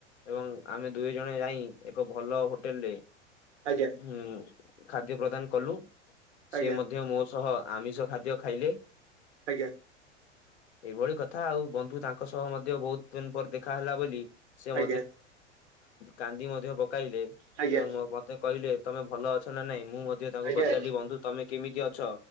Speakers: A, on the left; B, on the right.
A: ଏବଂ ଆମେ ଦୁଇ ଜଣ ଯାଇ ଏକ ଭଲ ହୋଟେଲ ରେ
B: ଆଜ୍ଞା
A: ହଁ ଖାଦ୍ୟ ପ୍ରଦାନ କଲୁ ସେି
B: ଆଜ୍ଞା
A: ମଧ୍ୟ ମୋ ସହ ଆମିଷ ଖାଦ୍ୟ ଖାଇଲେ
B: ଆଜ୍ଞା
A: ଏଇଭଳି କଥା ଆଉ ବନ୍ଧୁ ତାଙ୍କ ସହ ମଧ୍ୟ ବହୁତ ଦିନ ପରେ ଦେଖା ହେଲା ବୋଲି ସେ
B: ଆଜ୍ଞା ଆଜ୍ଞା
A: କାନ୍ଦି ମଧ୍ୟ ପକଲେ
B: ଆଜ୍ଞା
A: ଏବଂ ମତେ କହିଲେ ତମେ ଭଲ ଅଛ ନା ନାଇଁ ମୁଁ ମଧ୍ୟ ତାଙ୍କୁ
B: ଆଜ୍ଞା
A: ପଚାରିଲି ବନ୍ଧୁ ତମେ କେମିତି ଅଛ